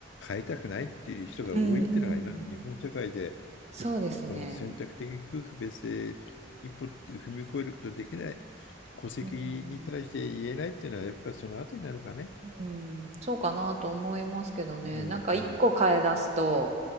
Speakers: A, on the left; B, on the right.
A: 変えたくないっていう人が多いっていうのが今の日本社会で、
B: うんうんそうですね
A: この選択的夫婦別姓一歩踏み越えることできない、戸籍に対して言えないっていうのは、
B: うん
A: やっぱりそのあたりなのかね。
B: うん、そうかなと思いますけどね。
A: うんう
B: なんか一個変え出すと、
A: ん。